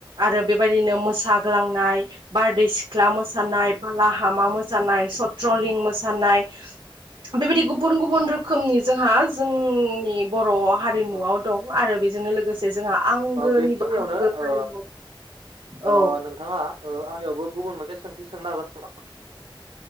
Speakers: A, on the right; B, on the right.
A: आरो बेबायदिनो मोसागो लांनाय बारदै सिख्ला मोसानाय बाला हामा मोसानाय सथ्रलिं मोसानाय <inaudible> बेबायदि गुबुन गुबुन रोखोमनि जोंहा जोंनि
B: औ
A: बर' हारिमुआव
B: औ
A: दं आरो बे नोजोंनो लोगोसे जोंहा आंगोनिबो
B: बेखिनियावनो
A: आंगो हारिमु
B: ओ
A: औ
B: ओ नोंथाङा ओ आंनियावबो गुबुन मोनसे सोंथि सोंनो हागोन <inaudible>